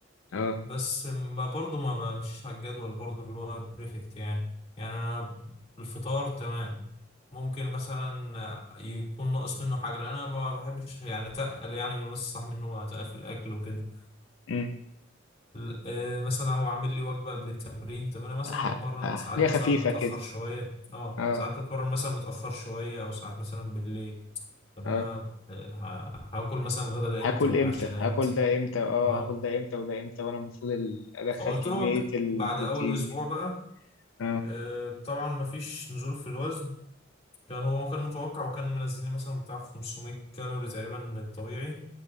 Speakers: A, on the left; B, on the left.
A: اه
B: بس ما برضو ما بمشيش على الجدول برضو اللي هو بريفكت يعني يعني أنا الفطار تمام ممكن مثلا يكون ناقص منه حاجة لأن أنا ما بحبش يعني أتقل يعني يقول نص صح منه ما أتقل في الأكل وكده
A: امم
B: ل- آه، مثلا هو عامل لي وجبة قبل التمرين طب انا مثلا
A: ح-
B: بتمرن
A: ح-
B: ساعات
A: حاجه
B: مثلا
A: خفيفه
B: متأخر
A: كده
B: شوية اه
A: اه
B: ساعات بتمرن مثلا متأخر شوية او ساعات مثلا بالليل طب
A: اه
B: انا آه، ه- هاكل مثلا الغدا ده
A: هاكل
B: امتى والعشاء
A: امتى
B: ده
A: هاكل
B: امتى
A: ده امتى اه
B: اه
A: هاكل ده امتى وده امتى وانا المفروض ال- ادخل
B: فقلت
A: كمية
B: له وجبة
A: البروتين
B: بعد اول اسبوع
A: دي
B: بقى
A: اه
B: آه، طبعا مفيش نزول في الوزن كان هو كان متوقع وكان منزل لي مثلا بتاع 500 كالوري تقريبا من الطبيعي